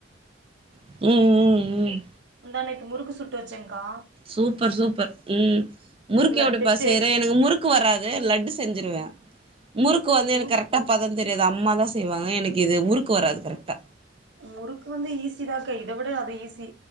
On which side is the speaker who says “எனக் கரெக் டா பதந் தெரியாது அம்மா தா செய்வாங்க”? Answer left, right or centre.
Right